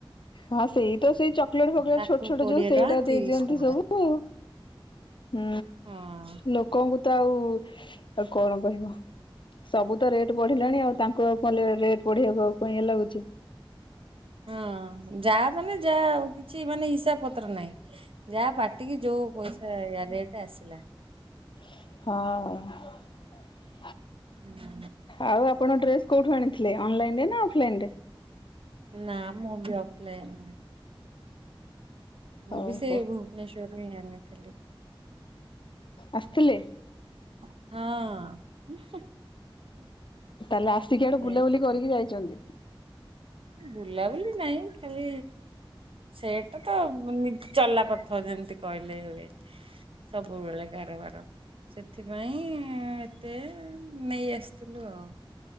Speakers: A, on the left (about 60°); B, on the right (about 80°).
A: ହଁ ସେଇ ତ ସେଇ ଚକଲେଟ ଫକଲେଟେ
B: ତାକୁ
A: ଛୋଟ ଛୋଟ
B: କୋଡିଏ
A: ଯୋଉ ସେଇଟା
B: ଟଙ୍କା
A: ଦେଇ
B: ତିରିଶ
A: ଦିଅନ୍ତି
B: ଟଙ୍କା
A: ସବୁ ହୁଁ
B: ହଁ।
A: ଲୋକଙ୍କୁ। ତ ଆଉ ଆଉ କଣ କହିବ ସବୁ ତ ରେଟ ବଢିଲାଣି ଆଉ ତାଙ୍କୁ ଆଉ କଣ ରେଟ ପଢିବାକୁ ଆଉ କଣ ଇଏ ଲାଗୁଛି।
B: ହଁ ଯାହା ମାନେ ଯାହା ଆଉ କିଛି ମାନେ ହିସାବ ପତ୍ର ନାହିଁ ଯାହା ପାଟିକି ଯୋଉ ପଇସା ରେଟ ଆସିଲା।
A: ହଁ।
B: ହୁଁ
A: ଆଉ ଆପଣ ଡ୍ରେସ କୋଉଠୁ ଆଣିଥିଲେ ଅନଲାଇନ ରେ ନା ଅଫଲାଇନ ରେ
B: ନା ମୁଁ ବି ଅଫ ଲାଇନ ମୁଁ
A: ଓହୋ।
B: ବି ସେ ଭୁବନେଶ୍ଵର ରଇ ଆଣିଥିଲି
A: ଆସିଥିଲେ
B: ହଁ
A: ତାହେଲେ ଆସିକି ଆଡେ
B: ଯାଇକି
A: ବୁଲାବୁଲି କରିକି
B: ଧରି
A: ଯାଇଛନ୍ତି
B: ବୁଲାବୁଲି ନାଇଁ ଖାଲି ସେଇଟା ତ ନି ଚଲାପଥ ଯେମିତି କହିଲେ ହୁଏ ସବୁବେଳେ କାରବାର ସେଥିପାଇଁ ଏତେ ନେଇ ଆସିଥିଲୁ ଆଉ